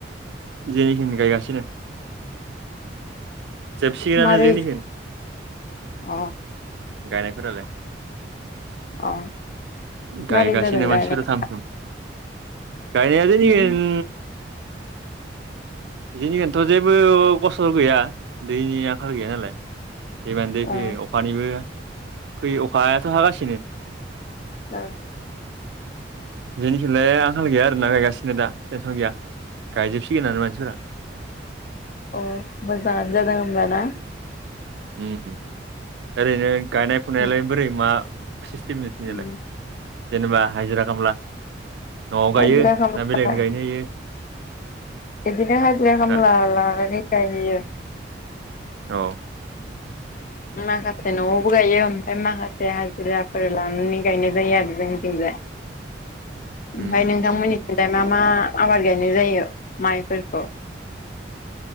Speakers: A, on the right (about 70°); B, on the left (about 45°).
A: जोंनिखिनि गायगासिनो जोबसिगोनानो
B: मारै
A: जोंनिखै
B: अ
A: गायनायफोरालाय
B: अ
A: गायगासिनो
B: मारै जादों गायनाय
A: मानसिफोरा थाम थुम गायनाया
B: अ
A: जोंनिखै
B: उम
A: ओम जोंनिखैथ' जेबो गसर गैया दैनि आंखाल गैया नालाय जेमान दै
B: अ
A: फैयो अखानिबो फैयो अखायाथ' हागासिनो
B: ओं
A: जोंनिखिलाय आंखाल गैया आरोना गायगासिनो दा टेनसन गैया गायजोबसिगोनानो मानसिफोर
B: अ मोजाङानो जादों होमबा ना
A: उम ओरैनो गायनाय फुनायालाय
B: उम
A: बोरै मा सिस्टेम नोंसिनिलाय
B: उम
A: जेनेबा हाजिरा खामला न'आव
B: हाजिरा
A: गायो
B: खामला
A: ना बेलेगनो गायनो होयो
B: बिदिनो हाजिरा खामला
A: हा
B: लानानै गायहैयो
A: औ
B: <inaudible> माखासे न'आवबो गायो ओमफ्राय माखासे हाजिराफोर लानानै गायनाय जायो आरो जोंथिंजाय <inaudible> ओमफ्राय
A: उम
B: नोंथांमोननिथिफ्राय मा मा आबाद गायनाय जायो माइफोरखौ